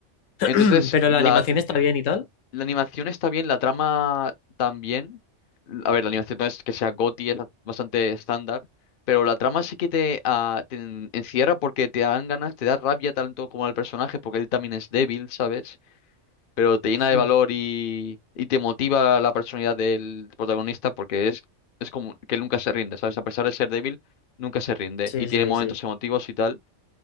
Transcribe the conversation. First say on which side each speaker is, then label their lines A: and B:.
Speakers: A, on the left (about 80°); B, on the left (about 50°).
A: <clears throat>
B: Entonces,
A: Pero
B: la,
A: la animación está bien y tal.
B: La animación está bien, la trama también. A ver, la animación no es que sea GOTY, es bastante estándar, pero la trama sí que te, ah, te en- encierra porque te dan ganas, te da rabia tanto como al personaje, porque él también es débil, ¿sabes? Pero te llena de
A: Mm,
B: valor y, y te motiva la personalidad del protagonista porque es, es como que él nunca se rinde, ¿sabes? A pesar de ser débil, nunca se rinde
A: Sí,
B: y tiene
A: sí,
B: momentos
A: sí.
B: emotivos y tal.